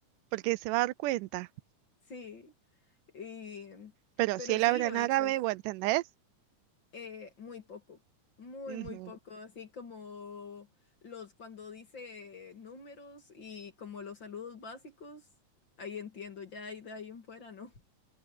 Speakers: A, on the right; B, on the left.
A: porque se va a dar cuenta.
B: sí. Y, mm,
A: Pero
B: pero
A: si él
B: sí,
A: habla
B: a
A: en
B: veces,
A: árabe, ¿vos entendés?
B: eh, muy poco, muy,
A: Ujú.
B: muy poco, así como los cuando dice números y como los saludos básicos, ahí entiendo, ya y de ahí en fuera, ¿no?